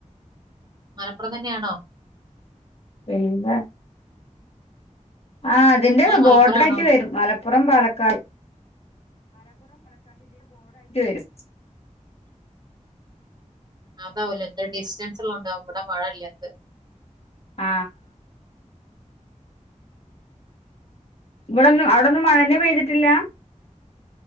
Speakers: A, on the right; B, on the left.
A: മലപ്പുറം തന്നെയാണോ
B: എന്താ ആ അതിന്റെ
A: നിങ്ങൾ
B: ബോർഡർ
A: മലപ്പുറം
B: ആയിട്ട്
A: ആണോ
B: വരും മലപ്പുറം പാലക്കാട് <inaudible>
A: അതാവല്ലേ ഇത്ര ഡിസ്റ്റൻസ് ഉണ്ടാവും ഇവിടെ മഴയില്ലാത്ത
B: ആ ഇവിടൊന്ന് അവിടൊന്നും മഴയൊന്നും പെയ്തിട്ടില്ല